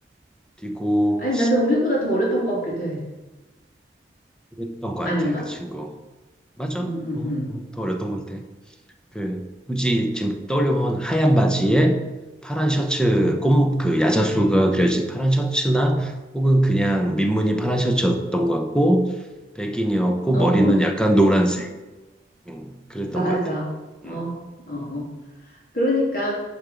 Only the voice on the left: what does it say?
아니 나는 우리보다 더 어렸던 것 같기도 해.
아닌가?
음,
음,
음.
어,
맞아.
어, 어, 어. 그러니까